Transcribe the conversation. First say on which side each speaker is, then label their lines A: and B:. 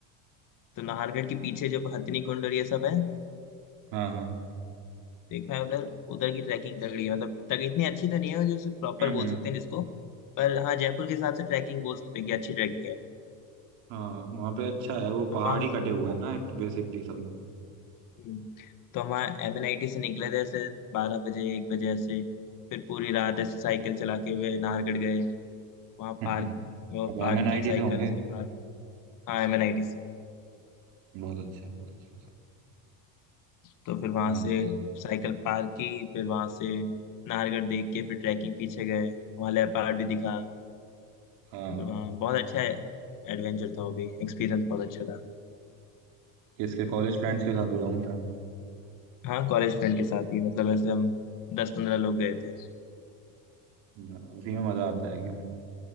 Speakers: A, on the left; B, on the right.
A: तो नाहरगढ़ के पीछे जब हथिनी कुंड और ये सब है
B: हाँ हाँ
A: देखा है उधर उधर की ट्रैकिंग तगड़ी है मतलब तक इतनी अच्छी तो नहीं है जैसे प्रॉपर
B: हम्म
A: बोल
B: हम्म
A: सकते हैं जिसको पर हाँ जयपुर के हिसाब से ट्रैकिंग बोल सकते हैं कि अच्छी ट्रैकिंग है
B: हाँ वहाँ पे अच्छा है वो
A: तो
B: पहाड़
A: वहाँ
B: ही कटे हुए हैं ना बेसिकली सब
A: हम्म, तो हम एम एन आई टी से निकले थे ऐसे बारह बजे एक बजे ऐसे फिर पूरी रात
B: <laughs>
A: ऐसे साइकिल चला के हुए नाहरगढ़ गए वहाँ
B: हाँ।
A: पार्क वो
B: अब
A: पार्क
B: एम एन आई
A: की
B: टी
A: साइकिल
B: से होंगे
A: उसके बाद हाँ एम एन आई टी से
B: बहुत अच्छा बहुत अच्छा
A: तो फिर वहाँ
B: और
A: से
B: बताइए
A: साइकिल पार्क की फिर वहाँ से नाहरगढ़ देख के फिर ट्रैकिंग पीछे गए वहाँ लेपर्ड भी दिखा
B: हाँ
A: फिर वहाँ बहुत अच्छा एडवेंचर था वो भी एक्सपीरियंस बहुत अच्छा था
B: किसके कॉलेज फ्रेंड्स के साथ गया हूँ क्या
A: हाँ कॉलेज फ्रेंड के साथ ही मतलब ऐसे हम दस पंद्रह लोग गए थे
B: ब- उसी में मजा आता है क्यों